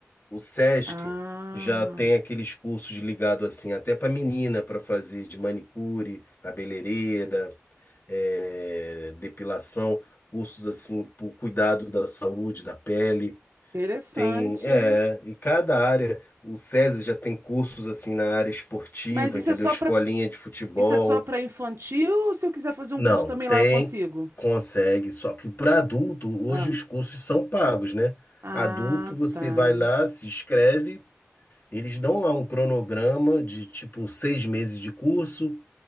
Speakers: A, on the left; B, on the right.
A: O SESC
B: Ah,
A: já tem aqueles cursos ligados assim, até para menina, para fazer de manicure, cabeleireira, é, depilação, cursos assim para o cuidado da saúde, da pele.
B: interessante,
A: Tem, é,
B: hein?
A: e cada área, o SESI já tem cursos assim na área esportiva,
B: Mas isso
A: entendeu?
B: é só
A: Escolinha
B: para
A: de futebol.
B: isso é só para infantil ou se eu quiser fazer
A: Não,
B: um curso também
A: tem,
B: lá eu consigo?
A: consegue, só que para adulto, hoje
B: Ah,
A: os cursos são pagos, né?
B: ah,
A: Adulto, você
B: tá.
A: vai lá, se inscreve, eles dão lá um cronograma de tipo seis meses de curso,